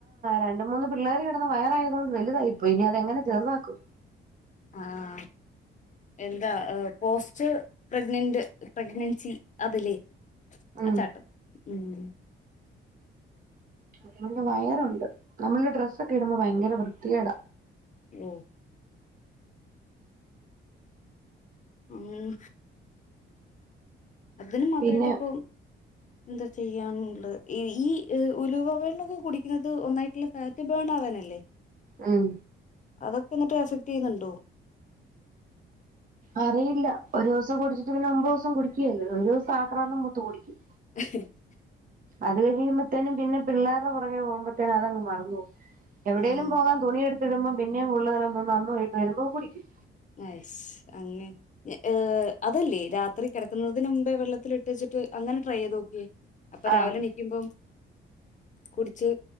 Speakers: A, on the right (about 45°); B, on the left (about 40°).
A: രണ്ട് മൂന്ന് പിള്ളേര് കെടന്ന വയറായതുകണ്ട് വലുതായി- അപ്പൊ ഇനി അതെങ്ങനെ ചെറുതാക്കും-
B: ആ എന്താ പോസ്റ്റ്- പ്രഗ്നന്റ് പ്രഗ്നൻസി അതിലേ-
A: ഉം
B: ആ ചാട്ടം ഉം-
A: അതൊണ്ട് വയറൊണ്ട്- നമ്മളീ ഡ്രസ്സൊക്കെ ഇടുമ്പം ഭയങ്കര വൃത്തികേടാ-
B: ഓ- ഉം- അതിന് മാത്രയിട്ട്
A: പിന്നെ
B: ഇപ്പൊ എന്താ ചെയ്യാ <unintelligible> ഈ ഉലുവവെള്ളോക്കെ കുടിക്കുന്നത് ഒന്നായിട്ടുള്ള ഫാറ്റ് ബേൺ ആവാനല്ലേ
A: ഉം
B: അതൊക്കെ എന്നിട്ട് എഫക്ട് ചെയ്യുന്നുണ്ടോ
A: അറിയില്ല ഒരുസം കുടിച്ചിട്ട് പിന്നെ ഒമ്പത് ദിസം കുടിക്കല്ല ഒരു ദിവസം ആക്രന്തം മൂത്ത് കുടിക്കും
B: <unintelligible>
A: അത് കഴിയുമ്പത്തേനും പിന്നെ പിള്ളേർ ടെ പുറകെ പോകുമ്പത്തേനും അതങ്ങ് മറന്ന് പോം എവിടെേലും
B: ആഹ്
A: പോവാ തുണി എടുത്തിടുമ്പോ പിന്നെ <unintelligible> ന്തോ നന്നവൈയിട്ട് വരുമ്പോ കുടിക്കും
B: അയിസ് അങ്ങനെ ഏഹ് അതല്ലേ അത്ര കിടക്കുന്നതിന് മുമ്പേ വെള്ളത്തില ഇട്ട് വേച്ചിട്ട് അങ്ങന ട്രൈയയ്ത് നോക്കി അപ്പ
A: ആഹ്
B: രാവിലെണീക്കുമ്പോ കുടിച്ച്